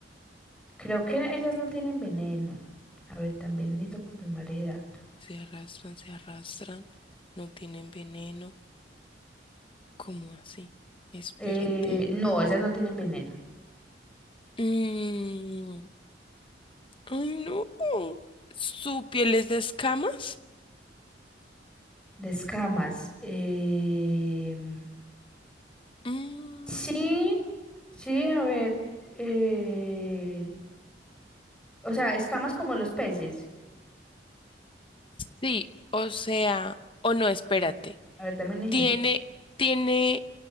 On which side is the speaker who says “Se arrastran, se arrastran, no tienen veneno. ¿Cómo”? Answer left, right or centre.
Left